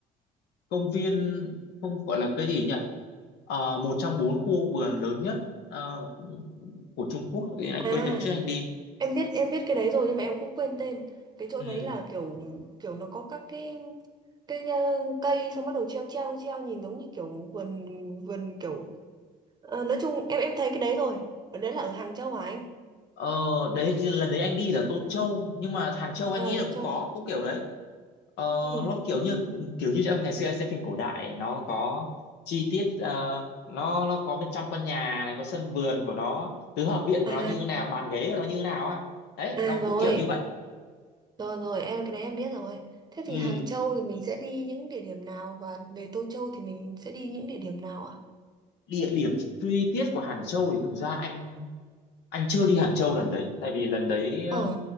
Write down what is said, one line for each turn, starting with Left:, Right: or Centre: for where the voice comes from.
Left: công viên không gọi là cái gì nhỉ Ờ, một trong bốn khu vườn lớn nhất ờ, của Trung Quốc tự anh
Right: À,
Left: quên tên hôm trước anh đi
Right: em biết em biết cái đấy rồi nhưng mà em cũng quên tên. Cái chỗ
Left: ừ.
Right: đấy là kiểu kiểu nó có các cái cái ờ, cây xong bắt đầu treo treo treo nhìn giống như kiểu vườn vườn kiểu Ờ, nói chung em em thấy cái đấy rồi. Ở đấy là ở Hàng Châu hả anh?
Left: Ờ, đấy lần đấy anh đi là Tô Châu nhưng mà Hàng Châu anh
Right: À
Left: nghĩ
Right: Tô
Left: là cũng
Right: Châu.
Left: có cũng kiểu đấy ờ,
Right: Ừ.
Left: nó kiểu như kiểu như trong ngày xưa anh xem phim cổ đại nó có chi tiết ờ, nó nó có bên trong con nhà này có sân vườn của nó tứ hợp viện của
Right: À
Left: nó như nào bàn ghế của nó như nào á đấy
Right: à
Left: nó
Right: rồi.
Left: cũng kiểu như vậy
Right: Rồi rồi em cái đấy em biết rồi. Thế thì
Left: ừ.
Right: Hàng Châu thì mình sẽ đi những địa điểm nào và về Tô Châu thì mình sẽ đi những địa điểm nào ạ?
Left: địa điểm chi tiết của Hàng Châu thì thực ra anh anh chưa đi Hàng Châu lần đấy tại vì lần đấy ờ,
Right: Ờ.